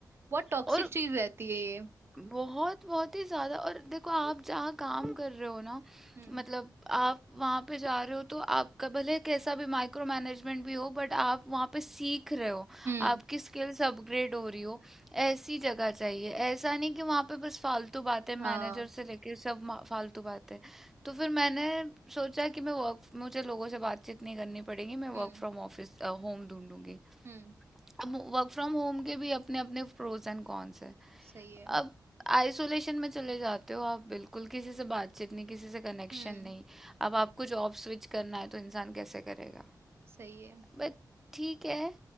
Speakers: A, on the right (about 35°); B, in the centre.
A: बहुत टॉक्सिक
B: और
A: चीज रहती है ये
B: बहुत बहुत ही ज़्यादा और देखो आप जहाँ काम कर रहे हो ना
A: हम्म
B: मतलब आप वहाँ पे जा रहे हो तो आपका भले कैसा भी माइक्रो मैनेजमेंट भी हो बट आप वहाँ पे सीख रहे हो
A: हम्म
B: आपकी स्किल्स अपग्रेड हो रही हो ऐसी जगह चाहिए ऐसा नहीं कि वहाँ पे बस फालतू बातें
A: हाँ
B: मैनेजर से लेके सब मा- फालतू बातें तो फिर मैंने सोचा कि मैं वर्क मुझे लोगों से बातचीत नहीं करनी पड़ेगी मैं
A: हम्म
B: वर्क फ्रॉम ऑफिस होम ढूंढूंगी
A: हम्म
B: अब वर्क फ्रॉम होम के भी अपने अपने प्रोज एंड कॉन्स है
A: सही है
B: अब आइसोलेशन में चले जाते हो आप बिल्कुल किसी से बातचीत नहीं किसी से कनेक्शन
A: हम्म
B: नहीं अब आपको जॉब स्विच करना है तो इंसान कैसे करेगा
A: सही है
B: बट ठीक है